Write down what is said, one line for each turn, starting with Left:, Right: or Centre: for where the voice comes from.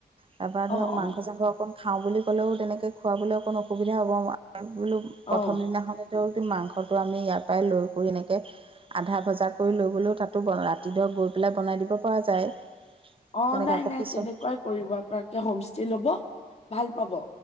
Right: তাৰপৰা ধৰক
Left: অ অ
Right: মাংস, চাংস অকণ খাওঁ বুলি ক'লেও তেনেকৈ খুৱাবলৈ অকণ অসুবিধা হ'বাৰে বোলো প্ৰথম
Left: অ
Right: দিনাখননেতো মাংসটো আমি ইয়াৰ পৰাই লৈ কৰি এনেকে- আধা ভজা কৰি লৈ গ'লেও তাতো ৰাতি ধৰক গৈ পেলাই বনাই দিব পৰা যায়।
Left: অ
Right: তেনেকৈ
Left: নাই
Right: আকৌ
Left: নাই
Right: পিছত
Left: তেনেকুৱাই কৰিব আপোনোকে হোমষ্টে লব ভাল পাব